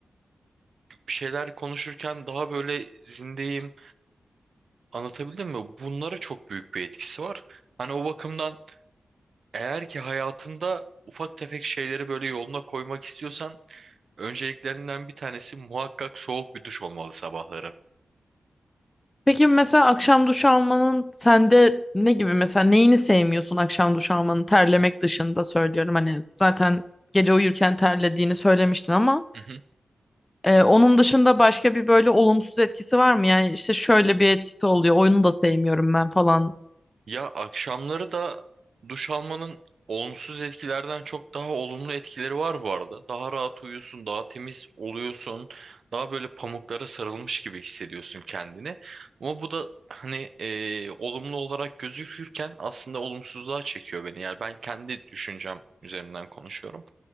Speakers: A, on the right; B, on the left.
A: bir şeyler konuşurken daha böyle zindeyim. Anlatabildim mi? Bunlara çok büyük bir etkisi var. Hani o bakımdan eğer ki hayatında ufak tefek şeyleri böyle yoluna koymak istiyorsan Önceliklerinden bir tanesi muhakkak soğuk bir duş olmalı sabahları.
B: Peki mesela akşam duş almanın sende ne gibi mesela neyini sevmiyorsun akşam duş almanın terlemek dışında söylüyorum hani zaten gece uyurken terlediğini söylemiştin ama
A: Hı hı.
B: e, onun dışında başka bir böyle olumsuz etkisi var mı? Yani işte şöyle bir etkisi oluyor oyunu da sevmiyorum ben falan.
A: Ya akşamları da duş almanın olumsuz etkilerden çok daha olumlu etkileri var bu arada. Daha rahat uyuyorsun, daha temiz oluyorsun, daha böyle pamuklara sarılmış gibi hissediyorsun kendini. Ama bu da hani eee, olumlu olarak gözükürken aslında olumsuzluğa çekiyor beni. Yani ben kendi düşüncem üzerinden konuşuyorum.